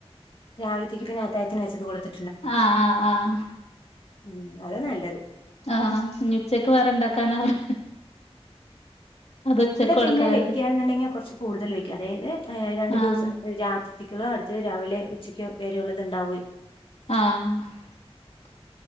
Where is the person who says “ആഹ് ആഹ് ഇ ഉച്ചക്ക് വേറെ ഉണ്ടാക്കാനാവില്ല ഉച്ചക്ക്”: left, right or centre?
Left